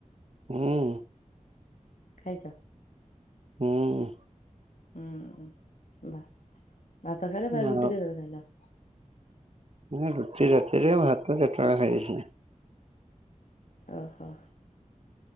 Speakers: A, on the right; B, on the left.
A: ହୁଁ
B: ଖାଇଛ?
A: ହୁଁ
B: ଉଁ ହୁଁ, ବା ଭାତ ଖାଇଲ ଫେର
A: ଆଉ
B: ରୁଟି କେତେବେଳେ ଖାଇଲ?
A: ନା ରୁଟି ରାତିରେ, ଭାତ ଚାରିଟା ବେଳେ ଖାଇ ଦେଇଥିଲି।
B: ଓହୋ।